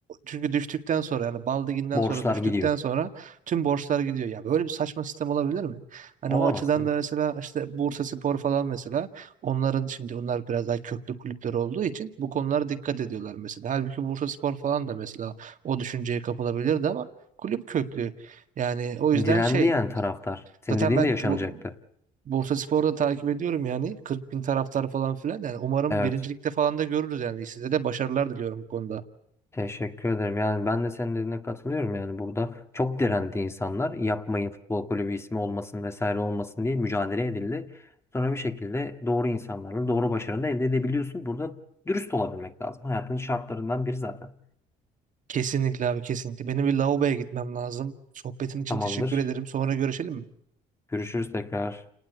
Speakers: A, on the right; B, on the left.
A: Çünkü düştükten sonra yani Baldigin'den
B: Borçlar
A: sonra düştükten
B: gidiyor.
A: sonra tüm borçlar gidiyor. Ya böyle bir saçma sistem olabilir mi? Hani
B: Olamaz
A: o açıdan
B: tabii.
A: da
B: ki.
A: mesela işte Bursaspor falan mesela onların şimdi onlar biraz daha köklü kulüpler olduğu için bu konulara dikkat ediyorlar mesela. Halbuki Bursaspor falan da mesela o düşünceye kapılabilirdi ama kulüp köklü. Yani o yüzden
B: Direndi
A: şey
B: yani taraftar. Senin
A: zaten
B: dediğin
A: ben
B: de yaşanacaktı.
A: bu Bursaspor'u da takip ediyorum yani 40 bin taraftar falan filan yani umarım
B: Evet.
A: birincilikte falan da görürüz yani size de başarılar diliyorum bu konuda.
B: Teşekkür ederim. Yani ben de senin dediğine katılıyorum. Yani burada çok direndi insanlar. Yapmayın futbol kulübü ismi olmasın vesaire olmasın diye mücadele edildi. Sonra bir şekilde doğru insanlarla doğru başarını da elde edebiliyorsun. Burada dürüst olabilmek lazım. Hayatın şartlarından biri zaten.
A: Kesinlikle abi kesinlikle. Benim bir lavaboya gitmem lazım. Sohbetin için
B: Tamamdır.
A: teşekkür ederim. Sonra görüşelim mi?
B: Görüşürüz tekrar.